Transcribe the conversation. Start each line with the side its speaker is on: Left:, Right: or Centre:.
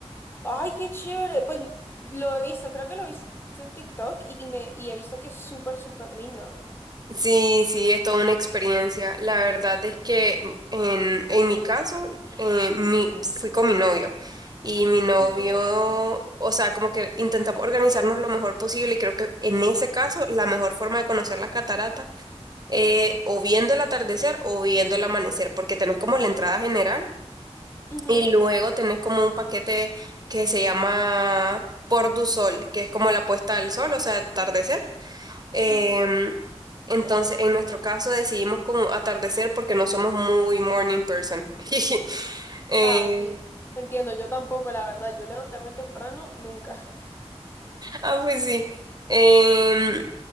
Left: Ay, qué chévere. Pues lo he visto, creo que lo he visto en TikTok y me y he visto que es súper, súper lindo.
Right: Sí, sí, es toda una experiencia. La verdad es que en, en mi caso, eh, mi- fui con mi novio y mi novio,
Left: Ujú,
Right: o sea, como que intentamos organizarnos lo mejor posible y creo que en ese caso la mejor forma de conocer las cataratas eh, o viendo el atardecer o viendo el amanecer, porque tenés como la entrada general
Left: ujú,
Right: y luego tenés como un paquete que se llama Por du Sol, que es como la puesta del sol, o sea, el atardecer. Em,
Left: ujú.
Right: entonces, en nuestro caso decidimos como atardecer porque no somos muy morning person. <laughs> Eh,
Left: Ah, sí. Entiendo, yo tampoco, la verdad. Yo levantarme temprano, nunca.
Right: ah, pues sí. Em,